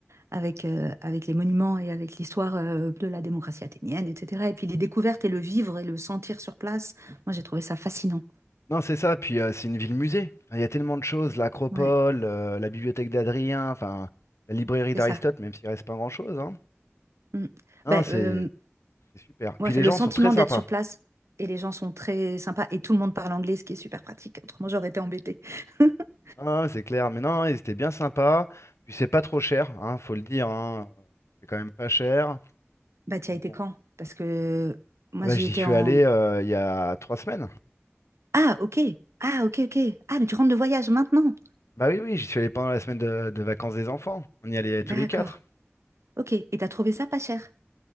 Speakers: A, on the right (about 90°); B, on the left (about 80°).
A: avec, euh, avec les monuments et avec l'histoire euh, de la démocratie athénienne, etc. Et puis les découvertes et le vivre et le sentir sur place, moi j'ai trouvé ça fascinant.
B: Non, c'est ça. Puis euh, c'est une ville musée. Enfin, Il y a tellement de choses, l'Acropole,
A: Ouais,
B: euh, la bibliothèque d'Adrien, enfin la librairie
A: c'est
B: d'Aristote,
A: ça.
B: même s'il reste pas grand-chose. Hein.
A: Mm.
B: Non,
A: Ben,
B: c'est
A: euh,
B: c'est super.
A: ouais,
B: Puis
A: enfin,
B: les
A: le
B: gens
A: sentiment
B: sont très sympas.
A: d'être sur place et les gens sont très sympas et tout le monde parle anglais, ce qui est super pratique. Autrement, j'aurais été embêtée. <laughs>
B: Non, c'est clair. Mais non, ils étaient bien sympas. Puis c'est pas trop cher, hein, faut le dire. Hein. C'est quand même pas cher.
A: Bah, tu
B: Donc
A: as été
B: bon.
A: quand? Parce que moi
B: Ah bah
A: j'y
B: j'y
A: étais
B: suis
A: en...
B: allé euh, il y a trois semaines.
A: Ah, ok. Ah, ok, ok. Ah, mais tu rentres de voyage maintenant.
B: Bah oui, oui, j'y suis allé pendant la semaine de, de vacances des enfants. On y allait tous
A: D'accord.
B: les quatre.
A: Ok. Et t'as trouvé ça pas cher?